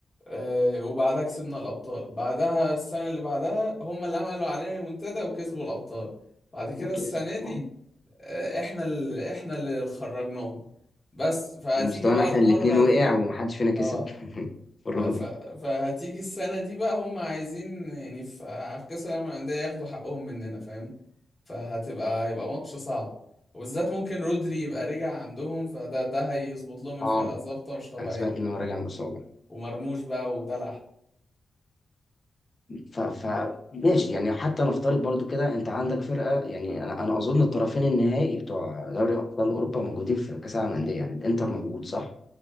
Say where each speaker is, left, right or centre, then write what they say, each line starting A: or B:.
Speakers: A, on the left; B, on the left.
A: آه، وبعدها كسبنا الابطال بعدها السنة اللي بعدها هم اللي عملوا علينا ريمونتادا وكسبوا الابطال بعد كده
B: وكسب
A: السنة دي
B: آه.
A: آه، احنا اللي احنا اللي خرجناهم بس فهتيجي
B: ومستوانا
A: بقى
B: احنا
A: المرة
B: الاثنين وقع
A: دي
B: ومحدش فينا كسب
A: اه
B: <laughs> المره
A: ف...
B: دي
A: فهتيجي السنة دي بقى هم عايزين يعني في في كأس العالم للأندية ياخدوا حقهم مننا فاهم فهتبقى يبقى ماتش صعب وبالذات ممكن رودري يبقى رجع عندهم فده ده هيظبط لهم الفرقة
B: اه
A: ظابطة مش طبيعية
B: انا سمعت ان هو راجع من الاصابه
A: ومرموش بقى ودلع
B: ف... ف ماشي يعني حتى نفترض برضو كده انت عندك فرقه يعني انا انا اظن الطرفين النهائي بتوع دوري ابطال اوروبا موجودين في كاس العالم للانديه يعني الانتر موجود صح